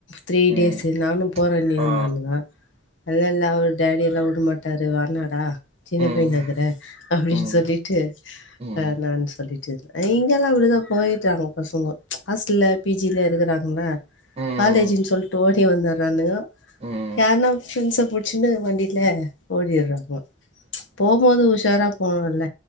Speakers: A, on the left; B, on the right.
A: த்ரீ
B: ம்
A: டேஸு நானு போறனிருந்தானுங்க
B: ஆ
A: இல்ல இல்ல அவ டேடியெல்லா உடு மாட்டாரு டு வேணாடா சின்ன
B: ம்
A: பைனா இக்குற அப்டின்
B: ம்
A: சொல்லிட்டு
B: ம்
A: வேணான் சொல்லிட்டு அ இங்கெல்லா அப்டிதா போயிட்றாங்கொ பசங்கொ ஹாஸ்டல்ல பிஜில இருக்குறாங்கன
B: ம்
A: காலேஜின் சொல்ட்டு ஓடி வந்துர்றானுகொ
B: ம்
A: யார்னா ஃப்ரெண்ஸ புடிச்சினு வண்டியில ஓடிர்றாங்கொ போம்போது உஷாரா போணுல்ல